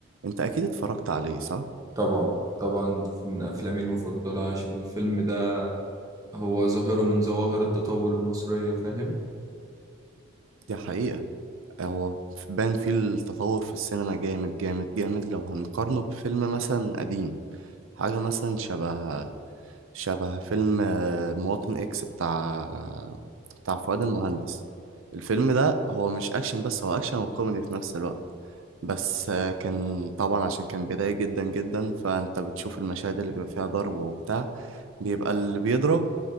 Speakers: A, on the right; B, on the right.
A: أنت أكيد اتفرجت عليه صح؟
B: طبعا طبعا من أفلامي المفضلة عشان الفيلم ده هو ظاهرة من ظواهر التطور المصرية فاهم
A: دي حقيقة هو بان فيه التطور في السينما جامد جامد جامد لو هنقارنه بفيلم مثلا قديم حاجة مثلا شبه شبه فيلم آه، مواطن إكس بتاع بتاع فؤاد المهندس الفيلم ده هو مش أكشن بس هو أكشن وكوميدي في نفس الوقت بس آه، كان طبعا عشان كان بداية جدا جدا فأنت بتشوف المشاهد اللي بيبقى فيها ضرب وبتاع بيبقى اللي بيضرب